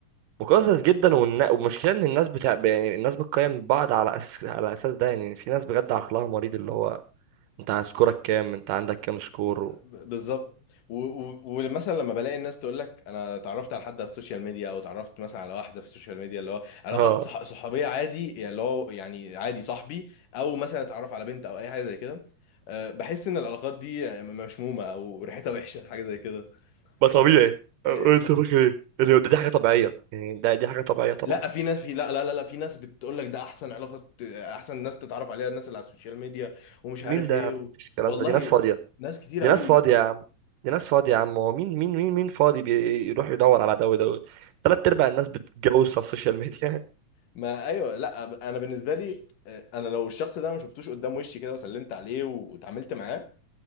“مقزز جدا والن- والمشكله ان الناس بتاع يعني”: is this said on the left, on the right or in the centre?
Right